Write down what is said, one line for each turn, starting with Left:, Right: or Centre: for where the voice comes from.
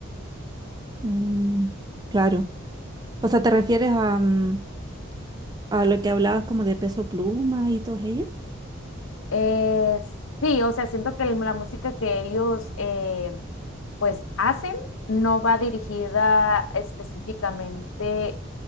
Right: Mm, claro. O sea, ¿te refieres a, mm, a lo que hablabas como de Peso Pluma y todos ellos?
Left: Eh, sí, o sea, siento que la música que ellos eh, pues hacen no va dirigida específicamente